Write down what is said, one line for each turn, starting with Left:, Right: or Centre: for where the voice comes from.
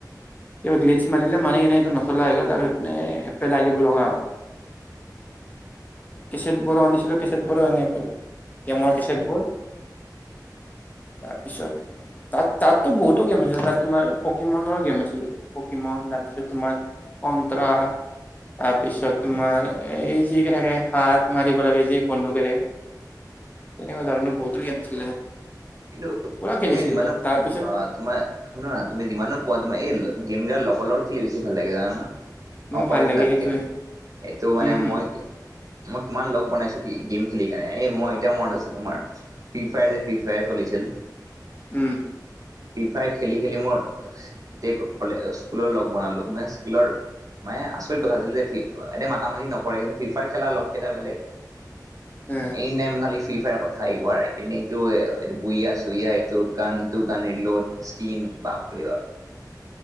Left: তেওঁ ক্িজ <unintelligible> মাতিলে মাৰি কেনে এইটো নচলা হৈ গ'ল তাৰ পিছতে পেলাই দিব লগা হ'ল কেছেট বোৰো আনিছিলো কেছেত বোৰো এনেই গ'ল গেমৰ কেছেটবোৰ তাৰপিছত তাত তাততো বহুতো গেম আছিলে তাত তোমাৰ পকেমনৰ ও গেম আছিলে পকিমন তাৰপিছত তোমাৰ কন্ত্ৰ <unintelligible> তাৰপিছত তোমাৰ এই যি কেনেকে হাৰ্ট মাৰিব লাগে যি বন্দুকেৰে তেনেকুৱা ধৰণৰ বহুতো গেম আছিলে
Right: কিন্তু
Left: পুৰা
Right: তুমি
Left: খেলিছিলো
Right: যিমানো
Left: তাত তাৰপিছত
Right: অ তোমাৰ শুনা না তুমি যিমানো কোৱা তুমাৰ এই গেমবিলক লগৰ লগত খেলি বেছি ভাল লাগে জানা না
Left: উম
Right: অকলে
Left: ভাল
Right: খেলাতকে,
Left: লাগে সেইটোৱে
Right: এইটো মানে
Left: উম
Right: মই মই কিমান লগ বনাইছোঁ কি গেম খেলি কেনে এ, মই এতিয়া মনত আছোঁ তোমাৰ। ফি ফায়াৰ যে ফি ফায়াৰ চলিছিল!
Left: উম।
Right: ফি ফায়াৰ খেলি, খেলি মোৰ <unintelligible> স্কুলৰ লগ বনালোঁ মানে স্কুলৰ মানে আচৰিত কথা আছিল যে, এনে মাতা মাতি নকৰে। কিন্তু ফি ফায়াৰ খেলা লগকেইটা বেলেগ।
Left: এ
Right: এনি টাইম খালি ফ্ৰী ফায়াৰ কথা আহ, <unintelligible> এইটো বুইয়া চুইয়া তোৰ কান টো <unintelligible> স্ক্ৰীন বাপৰে বাপ!